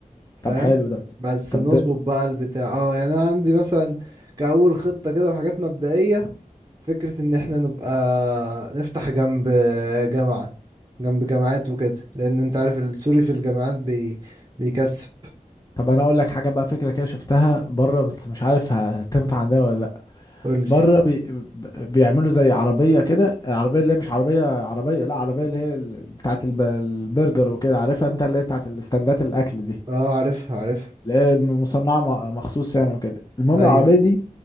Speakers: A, on the right (about 30°); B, on the left (about 25°).
A: فاهم
B: طب حلو ده
A: بس
B: طب
A: نظبط بقى البتاع اه يعني انا عندي مثلا كأول خطة كده وحاجات مبدئية فكرة ان احنا نبقى نفتح جنب جامعة جنب جامعات وكده لان انت عارف السوري في الجامعات بي... بيكسب
B: طب انا اقول لك حاجه بقى فكره كده شفتها بره بس مش عارف هتنفع عندنا ولا لا
A: قولي
B: بره بي... ب- بيعملوا زي عربيه كده العربيه اللي هي مش عربيه عربيه لا عربيه اللي هي ال- بتاعه الب... البرجر وكده عارفها انت اللي هي بتاعه الاستندات الاكل دي
A: اه عارفها عارفها
B: اللي هي م- مصنعه م- مخصوص يعني وكده المهم
A: ايوه
B: العربيه دي